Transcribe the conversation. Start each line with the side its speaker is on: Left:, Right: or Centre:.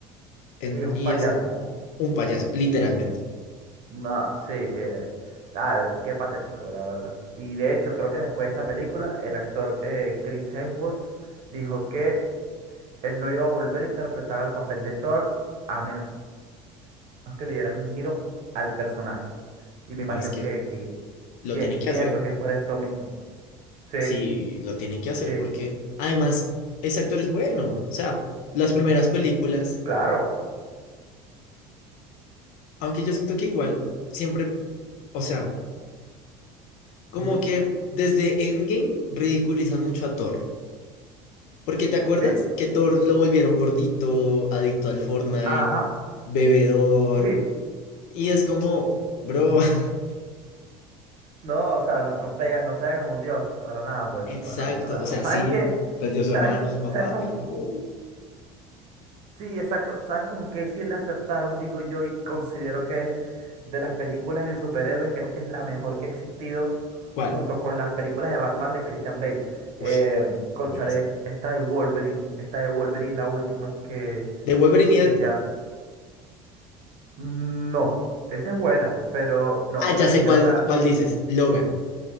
Left: En-
Right: Y es un
Left: y
Right: payaso.
Left: es como un payaso, literalmente.
Right: No, sí, eh, ah, qué patético, la verdad. Y de hecho, creo que después de esa película, el actor eh, Chris Hemsworth dijo que Él no iba a volver a interpretar al papel de Thor a menos que le dieran un giro al personaje. Y me imagino
Left: No es que
Right: que, que
Left: lo
Right: pi-
Left: tienen que
Right: pienso
Left: hacer.
Right: que es por esto mismo. Sí,
Left: Sí, lo tienen que hacer
Right: sí,
Left: porque además ese actor es bueno. O sea, las primeras películas,
Right: claro.
Left: aunque yo siento que igual siempre, o sea, como
Right: ujú,
Left: que desde Endgame ridiculizan mucho a Thor. Porque ¿te acuerdas
Right: Sí,
Left: que Thor lo volvieron gordito, adicto al Fortnite,
Right: ajá,
Left: bebedor?
Right: <laughs> sí.
Left: Y es como, bro,
Right: Sí.
Left: <laughs>
Right: No, o sea, no, no pega, no pega con un dios, para nada, pues,
Left: exacto.
Right: para nada.
Left: O sea,
Right: ¿Sabes
Left: sí,
Right: qué?
Left: perdió a su
Right: ¿Sabes,
Left: hermano, a su papá,
Right: sabes con,
Left: pero no.
Right: sí, exacto, ¿sabes con qué sí le acertaron, digo yo, y considero que es de las películas de superhéroes, creo que es la mejor que ha existido,
Left: ¿Cuál?
Right: junto con las películas de Batman de Christian Bale.
Left: Uf,
Right: Eh,
Left: son
Right: cónchale,
Left: buenísimos.
Right: esta de Wolverine, esta de Wolverine, la última que
Left: De Wolverine
Right: se
Left: y Deadpool.
Right: llama... No, esa es buena, pero no,
Left: Ah, ya
Right: me refiero
Left: sé cuál,
Right: a la
Left: cuál dices, Logan.